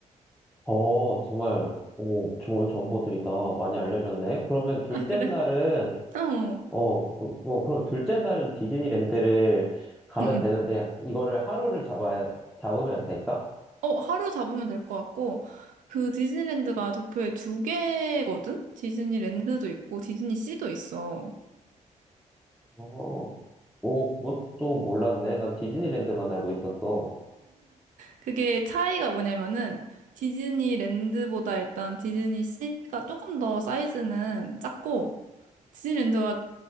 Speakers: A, in the centre; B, on the right (about 80°).
A: 어, 정말, 오, 좋은 정보들이다. 많이 알려줬네. 그러면 둘째
B: 아, 그래?
A: 날은,
B: 어.
A: 어, 뭐, 그럼 둘째 날은 디즈니랜드를 가면
B: 응, 응.
A: 되는데, 이거를 하루를 잡아야, 잡으면 될까?
B: 어, 하루 잡으면 될 것 같고, 그 디즈니랜드가 도쿄에 두 개거든? 디즈니랜드도 있고, 디즈니씨도 있어.
A: 어, 오, 그것도 몰랐네. 난 디즈니랜드만 알고 있었어.
B: 그게 차이가 뭐냐면은, 디즈니랜드보다 일단 디즈니씨가 조금 더 사이즈는 작고, 디즈니랜드가